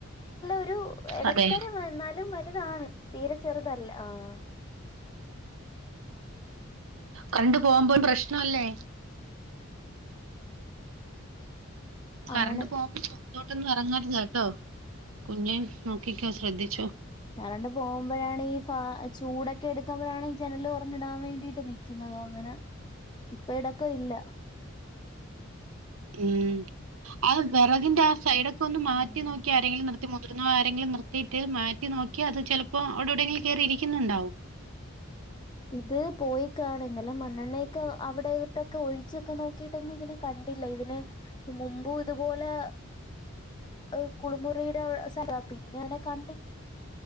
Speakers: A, on the left; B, on the right.
A: ഒരു ഇടിത്തരം
B: അതെ
A: എന്നാലും താണ് തീരെ ചെറുതല്ല ആഹ <inaudible>
B: കണ്ടു പോകുമ്പോൾ പ്രശ്നമല്ലേ കറണ്ട്
A: ആഹ് ആണ്
B: പോകുമ്പോ അന്തോട്ടൊന്ന ഇറങ്ങരുത് കേട്ടോ കുഞ്ഞൻ നോക്കിക്കോ ശ്രദ്ധിച്ചോ
A: കാരണ്ട് പോകുമ്പോഴാണ് ഈ ഫ ചൂടൊക്കെ എടുക്കുമ്പോഴാണ് ഈ ജനല് ഉറന്നിടാൻ വേണ്ടിട്ട് നിക്കുന്നത് അങ്ങനെ ഇപ്പ ഇടൊക്കെ ഇല്ല
B: ഉം ആ വറഗിന്ന ആ സൈഡക് ഒന്ന് മാറ്റി
A: ഉം
B: നോക്കി ആരെങ്കില നിർത്തി മുതിർന്ന ആരെങ്കിലും നിർത്തി മറ്റേത് മാറ്റി നോക്കി അത് ചിലപ്പോ അവിടെ എവിടെങ്കിലിൽ കേയറി ഇരിക്കുന്നുണ്ടാവും
A: ഇത് പോയി കാണുന്നല്ല മണ്ണെണ്ണയൊക്കെ അവിടെ ഇട്ടൊക്കെ ഒഴിച്ചൊക്കെ നോക്കിട്ടൊന്നും ഇതിനെ കണ്ടില്ല ഇതിനെ മുമ്പും ഇതുപോലെ ഏർ കുളിമുറിയുടെ സ്ഥല പിന്നെ അവനെ കണ്ടില്ല